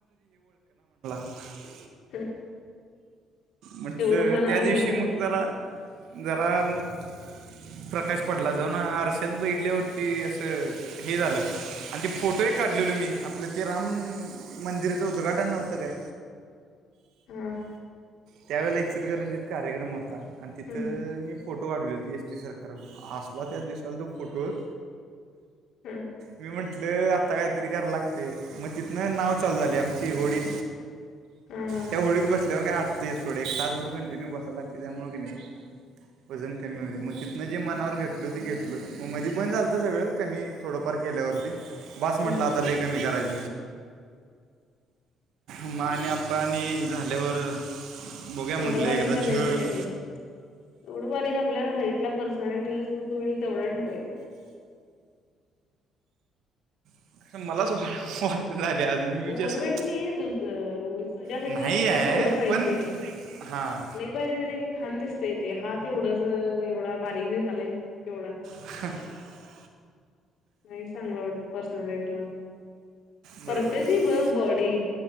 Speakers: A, on the right (about 75°); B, on the left (about 70°).
A: <unintelligible>
B: <unintelligible>
A: म्हटलं
B: तेवढं मनावर
A: त्या दिवशी
B: घ्यायचं
A: मग
B: नसते
A: जरा जरा मग प्रकाश पडला जाऊन आरश्यात बघितल्यावरती हे झालं आणि ते फोटो ही काढलेले मी आपलं ते राम मंदिराचं उद्घाटन न नव्हतं काय.
B: हम.
A: त्यावेळेला इचलकरंजित कार्यक्रम होता आणि
B: हम्म
A: तिथं मी फोटो टो काढले होते एस टी सरकार <unintelligible> असला त्या दिसाल त्या फोटोत
B: हम्म हम्म
A: मी म्हंटलं आ ता काहीतरी कराला लागतय, मग तिथनं नाव चालू झाली आमची होडी
B: <unintelligible>
A: त्या होडीत बसल्यावर काय अडकतेस, थोडे एक तासभर कंटिन्यू बसाला लागते त्यामुळे की नाही वजन कमी होते, मग तिथनं जे मनावर घेतलो ते घेतलो मग मध्ये बंद झालंत सगळं कमी थोडंफार केल्यावरती बास
B: हम्म
A: म्हटलं आता लइ कमी करायच मा आणि आप्पा आणि झाल्यावर बघूया
B: एवढं
A: म्हटलं
B: बारीक
A: एकदा
B: करायचं
A: झिळ
B: नाही रे एवढं बारीक आपल्याला हाईट ला पर्सनलिटीला सुट होईल तेवढा ठेवायच.
A: <unintelligible> म्हणजे
B: ओव्हरवेट
A: असं
B: नाहीये तुझ ओव तुझा हाईटला
A: नाही
B: तस
A: आहे
B: तेवढं पाहिजे.
A: पण हां
B: लई बारीक झालं की घाण दिसतय तेे हात एवढंसं एवढा बारीक बी झालंय केवढा
A: ह <unintelligible>
B: नाही चांगलं वाटत, पर्सनलिटीला परत्याची
A: बरोबर आहे
B: बघ बॉडी.